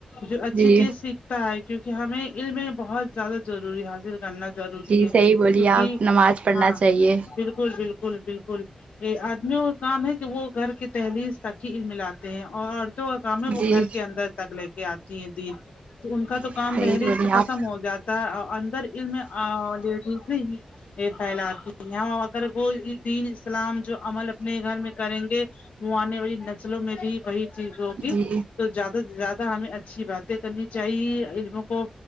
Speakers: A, on the left; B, on the right.
A: جو اچھی
B: جی
A: چیز سیکھتا ہے کیونکہ ہمیں علم میں بہت زیادہ ضروری حاصل کرنا ضرو ری
B: جی
A: ہے
B: صحیح بولیے
A: کیونکہ
B: آپ نماز پڑھنا
A: ہاں
B: چاہیے
A: پھر بالکل بالکل بالکل یہ آدمیوں کا کام ہے کہ وہ گھر کے دہلیز تک ہی علم لاتے ہیں عورتوں کا کام ہے وہ
B: جی
A: گھر کے اندر تک لے کے آتی ہیں دین تو ان کا تو کام
B: صحیح
A: دہلیئز
B: بولیے
A: سے ختم
B: آپ
A: ہو جاتا ہے اور اندر علم ا لیڈیز ہی یہ پھیلاتی اگر وہ دین اسلام جو عمل اپنے گھر میں کریں گے وہ آنے والی نسلوں میں بھی وہی چیز ہوگی
B: جی
A: تو زیادہ سے زیادہ ہمیں اچھی باتیں کرنی چاہیے علموں کو